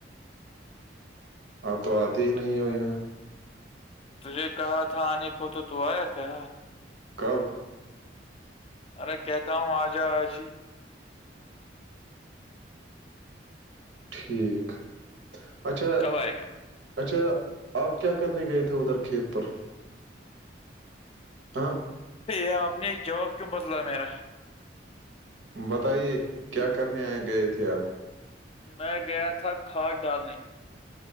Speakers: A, on the right; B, on the left.
A: اپ تو آتے ہی نہیں ہو یہاں
B: تے کہا تھا آنے کو تو تو آیا کیا
A: کب
B: ارے کہتا ہوں آجا آج ہی
A: ٹھیک اچھا
B: کب آئے گا
A: اچھا آپ کیا کرنے گئے تھے ادھر کھیت پر ہاں
B: یہ آپ نے جواب کیوں بدلا میرا
A: بتائیے کیا کرنے آئے گئے تھے آپ
B: میں گیا تھا کھاد ڈالنے